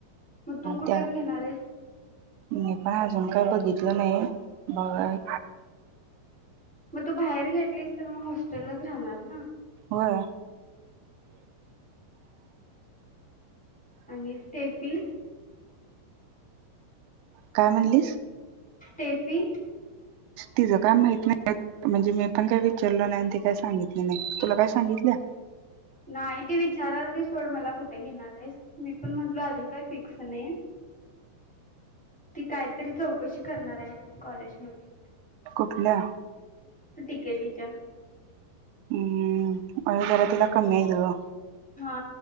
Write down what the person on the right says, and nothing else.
त्या
मी पण आजून काय बघितलं नाही. बघाय
व्हय.
काय म्हणलीस?
तिझं काय माहित नाही म्हणजे मी पण काय विचारलं नाही आणि ती काय सांगितली नाही. तुला काय सांगितल्या?
कुठल्या?
हम्म अगं जरा तिला कमी आहेत ग.